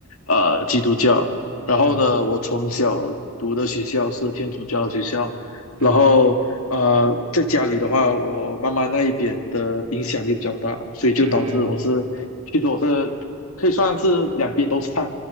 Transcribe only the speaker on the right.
嗯
嗯
嗯